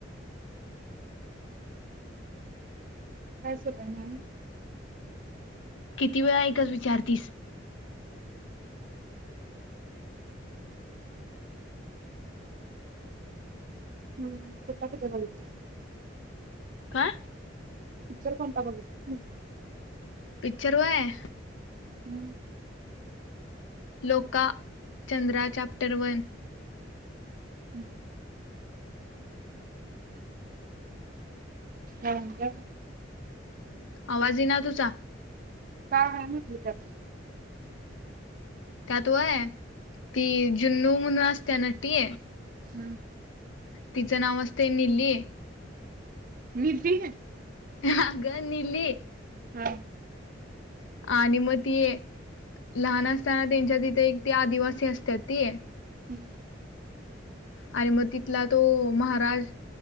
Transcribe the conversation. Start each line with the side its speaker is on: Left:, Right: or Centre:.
Right: काय सुरु हाय मग आणि
Left: किती वेळा एकच विचारतीस
Right: हम्म, कुठला पिक्चर बघीतलास
Left: का.
Right: पिक्चर कोणता बघितलीस म्हटल.
Left: पिक्चर होय
Right: हुम्म.
Left: लोका चंद्रा चॅप्टर वन
Right: हुम्म. आवडला.
Left: आवाज ऐयीना तुझा?
Right: काय आहे म्हटलं त्यात
Left: त्यात होय ती जुन्नु म्हणून असते त्या ना नटी
Right: हम्म
Left: तिचं नाव असते निली
Right: नीती <inaudible>
Left: ह अगं निली
Right: हा.
Left: आणि मग ती, लहान असताना त्यांच्या तिथे, एक ते आदिवासी असतात ती
Right: हुमं.
Left: आणि मग तिथला तो महाराज